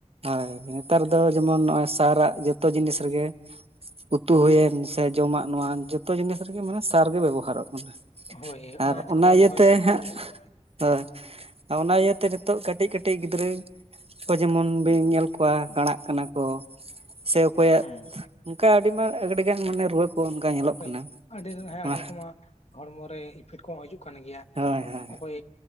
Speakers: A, on the right (about 55°); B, on the left (about 65°).
A: ᱦᱳᱭ ᱱᱮᱛᱟᱨ ᱫᱚ ᱡᱮᱢᱚᱱ ᱱᱚᱜᱚᱭ ᱥᱟᱨᱟᱜ ᱡᱚᱛᱚ ᱡᱤᱱᱤᱥ ᱨᱮᱜᱮ ᱩᱛᱩ ᱦᱩᱭᱮᱱ ᱥᱮ ᱡᱚᱢᱟᱜ ᱱᱚᱣᱟ ᱡᱚᱛᱚ ᱡᱤᱱᱤᱥ ᱨᱮᱜᱮ ᱢᱟᱱᱮ ᱥᱟᱨᱜᱮ ᱵᱮᱵᱚᱦᱟᱨᱚᱜ ᱠᱟᱱᱟ᱾
B: ᱦᱳᱭ
A: ᱟᱨ
B: ᱟᱱᱟᱪ
A: ᱚᱱᱟ
B: ᱠᱚ
A: ᱤᱭᱟᱹᱛᱮ
B: ᱨᱚᱦᱚᱭ ᱠᱷᱚᱱ
A: ᱦᱟᱸᱜ
B: ᱥᱩᱨᱩ ᱠᱟᱛᱮ᱾
A: ᱦᱳᱭ, ᱚᱱᱟ ᱤᱭᱟᱹᱛᱮ ᱱᱤᱛᱚᱜ ᱠᱟᱹᱴᱤᱡ ᱠᱟᱹᱴᱤᱡ ᱜᱤᱫᱽᱨᱟᱹ ᱠᱚ ᱡᱮᱢᱚᱱ ᱵᱤᱱ ᱧᱮᱞ ᱠᱚᱣᱟ ᱠᱟᱲᱟᱜ ᱠᱟᱱᱟ ᱠᱚ ᱥᱮ ᱚᱠᱚᱭᱟᱜ
B: ᱦᱮᱸ
A: ᱚᱱᱠᱟ ᱟᱹᱰᱤ ᱢᱟᱨ ᱟᱹᱰᱤ ᱜᱟᱱ ᱢᱟᱱᱮ ᱨᱩᱣᱟᱹ ᱠᱚ ᱚᱱᱠᱟ ᱧᱮᱞᱚᱜ
B: ᱦᱳᱭ
A: ᱠᱟᱱᱟ
B: ᱟᱹᱰᱤ ᱨᱮᱱ ᱦᱮᱸ
A: ᱦᱳᱭ
B: ᱟᱹᱰᱤ ᱨᱚᱠᱚᱢᱟᱜ ᱦᱚᱲᱢᱚ ᱨᱮ ᱤᱯᱷᱮᱠᱴ ᱠᱚᱦᱚᱸ ᱦᱤᱡᱩᱜ ᱠᱟᱱ ᱜᱮᱭᱟ᱾
A: ᱦᱳᱭ ᱦᱳᱭ
B: ᱚᱠᱚᱭ